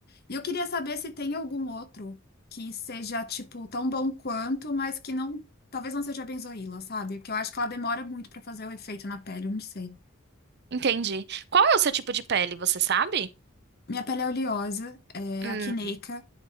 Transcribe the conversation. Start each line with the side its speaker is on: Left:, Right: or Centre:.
Left: E eu queria saber se tem algum outro que seja, tipo, tão bom quanto, mas que não, talvez não seja benzoíla, sabe? Porque eu acho que ela demora muito pra fazer o efeito na pele, eu não sei.
Right: entendi. Qual é o seu tipo de pele, você sabe?
Left: Minha pele é oleosa, é
Right: Hum,
Left: acneica,